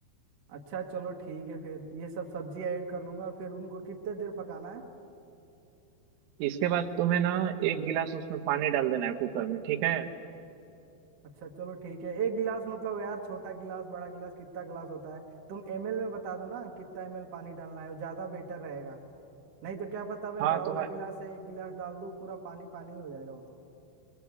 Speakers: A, on the right; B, on the right.
A: अच्छा चलो ठीक है फिर ये सब सब्जी ऐड कर लूंगा फिर उनको कितने देर पकाना है
B: इसके बाद तुम्हें ना एक गिलास उसमें पानी डाल देना है कुकर में ठीक है
A: अच्छा चलो ठीक है एक गिलास मतलब यार छोटा गिलास बड़ा गिलास कितना गिलास होता है तुम एमएल में बता दो ना कितना एमएल पानी डालना है वो ज्यादा बेटर रहेगा नहीं तो क्या पता मैं
B: हाँ
A: बड़ा
B: तो
A: वाला
B: मैं
A: गिलास है एक गिलास डाल दूं पूरा पानी पानी हो जाएगा वो तो